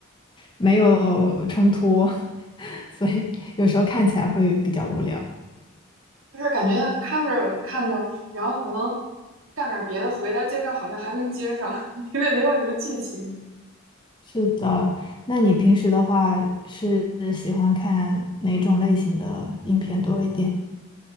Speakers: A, on the left (about 20°); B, on the right (about 80°).
A: 没有冲突，<laughs> 所以有时候看起来会比较无聊。
B: 就是感觉看着看着，然后可能干点别的，回来接着好像还能接上，<laughs> 因为没有什么剧情。
A: 是的，那你平时的话是喜欢看哪种类型的影片多一点？